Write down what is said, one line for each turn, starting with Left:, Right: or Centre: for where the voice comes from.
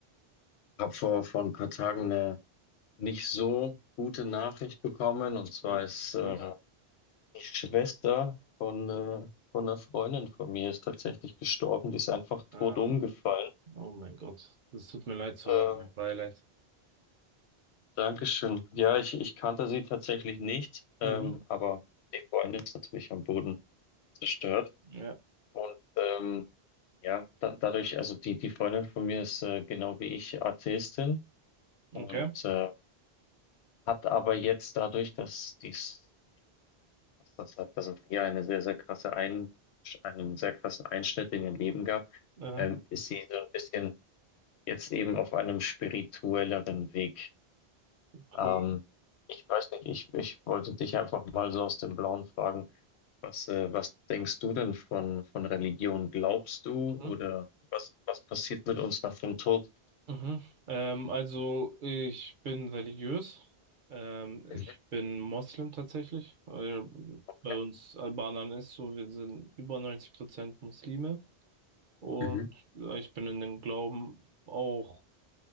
Left: habe vor, vor ein paar Tagen eine nicht so gute Nachricht bekommen. Und zwar
Right: Hm,
Left: ist
Right: was
Left: äh,
Right: los?
Left: die Schwester von, äh, von einer Freundin von mir ist tatsächlich gestorben. Die ist einfach
Right: Ah,
Left: tot umgefallen.
Right: oh mein Gott, das tut mir leid zu
Left: Ähm,
Right: hören, mein Beileid.
Left: Dankeschön. Ja, ich, ich kannte sie tatsächlich nicht, ähm,
Right: Mhm,
Left: aber die Freundin ist natürlich am Boden zerstört.
Right: ja,
Left: Und ähm, ja, da, dadurch, also die, die Freundin von mir ist äh, genau wie ich Atheistin und
Right: okay.
Left: äh, hat aber jetzt dadurch, dass dies, dass das halt, dass es hier eine sehr, sehr krasse Ein, einen sehr krassen Einschnitt in ihr Leben gab,
Right: Aha,
Left: ähm, ist sie so ein bisschen jetzt eben auf einem spirituelleren Weg.
Right: okay.
Left: Ähm, ich weiß nicht, ich, ich wollte dich einfach mal so aus dem Blauen fragen, Was, äh, was denkst du denn von, von Religion? Glaubst du
Right: Mhm,
Left: oder was, was passiert mit uns nach dem Tod?
Right: mhm. Ähm, also ich bin religiös. Ähm,
Left: Mhm.
Right: ich bin Moslem tatsächlich. weil
Left: Okay.
Right: Bei uns Albanern ist so, wir sind über 90 Prozent Muslime. Und
Left: Mhm.
Right: äh, ich bin in dem Glauben auch